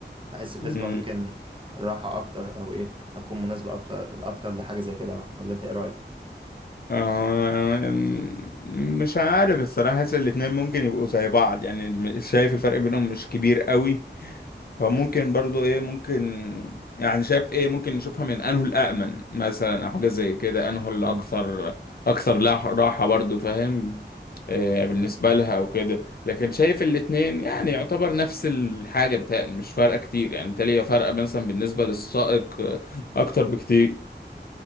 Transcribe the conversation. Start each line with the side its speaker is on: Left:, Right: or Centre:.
Right: بحس فيسبا
Left: مم. مم.
Right: ممكن راحة اكتر او ايه هتكون مناسبة اكتر اكتر لحاجة زي كده ولا انت ايه رأيك
Left: آه مش عارف الصراحه حاسس الاتنين ممكن يبقوا زي بعض يعني شايف الفرق بينهم مش كبير قوي فممكن برضو ايه ممكن يعني شايف ايه ممكن نشوفها من انه الامن مثلا او حاجه زي كده انه الاكثر
Right: مم،
Left: اكثر لا- راحه برضو فاهم آه، بالنسبه
Right: مم،
Left: لها او كده لكن شايف الاتنين يعني يعتبر نفس الحاجه بتاعي مش فارقه كتير يعني بالتالي هي فارقه مثلا بالنسبه للسائق آه، اكتر بكتير